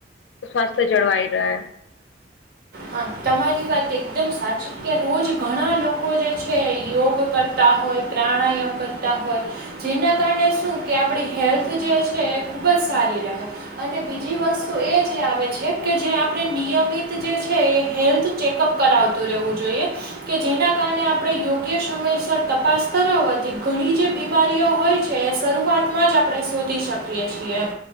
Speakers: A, on the left; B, on the right.
A: સ્વાસ્થ્ય જળવાઈ રહે
B: હા તમારી વાત એકદમ સાચી કે રોજ ઘણા લોકો જે છે યોગ કરતા હોય પ્રાણાયામ કરતા હોય જેના કારણે શું કે આપણી હેલ્થ જે છે એ ખૂબ જ સારી રહે અને બીજી વસ્તુ એ જે આવે છે કે જે આપણે નિયમિત જે છે એ હેલ્થ ચેકઅપ કરાવતું રહેવું જોઈએ. કે જેના કારણે આપણે યોગ્ય સમયસર તપાસ કરાવવાથી ઘણી જે બીમારીઓ હોય છે. છે એ શરૂઆતમાં જ આપણે શોધી શકીએ છીએમ.